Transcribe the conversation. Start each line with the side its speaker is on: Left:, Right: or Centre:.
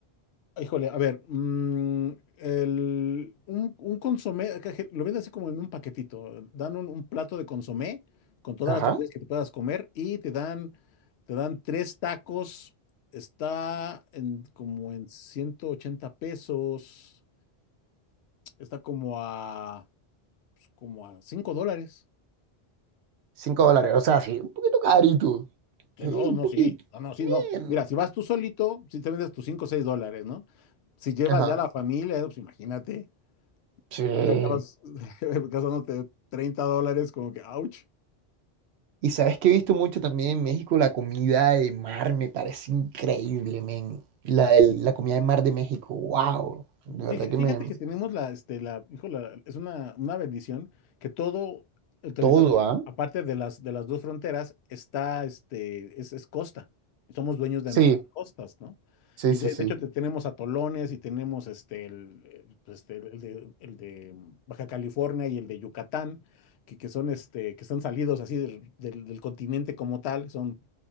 Left: Híjole, a ver, mm, el, un, un consomé, acá je- lo venden así como en un paquetito. Dan un, un plato de consomé con todas
Right: Ajá.
Left: las tortillas que te puedas comer y te dan, te dan tres tacos. Está en, como en 180 pesos. Está como a, pues, como a 5 dólares.
Right: Cinco dólares, o sea, sí. Un poquito carito.
Left: Que
Right: Sí,
Left: no,
Right: un
Left: no,
Right: poquito.
Left: sí, no, no, sí,
Right: Bien.
Left: no. Mira, si vas tú solito, si te vendes tus 5 o 6 dólares, ¿no? Si llevas
Right: Ajá.
Left: ya la familia, eh, pues imagínate,
Right: Sí.
Left: ya, ya acabas <laughs> gastándote 30 dólares, como que, ouch.
Right: Y sabes que he visto mucho también en México la comida de mar, me parece increíble, men. La, del- la comida de mar de México, wow. De
Left: Fíj-
Right: verdad que
Left: Fíjate
Right: me...
Left: que tenemos la, este, la, hijo, la- es una, una bendición que todo el territorio,
Right: Todo, ¿ah?
Left: aparte de las, de las dos fronteras, está, este, es, es costa. Somos dueños de
Right: Sí,
Left: nuestras costas, ¿no?
Right: sí,
Left: Y
Right: sí,
Left: de, de
Right: sí.
Left: hecho te- tenemos atolones y tenemos este, el, eh, pues, este, el de, el de Baja California y el de Yucatán, que, que son, este, que están salidos así del, del- del continente como tal, son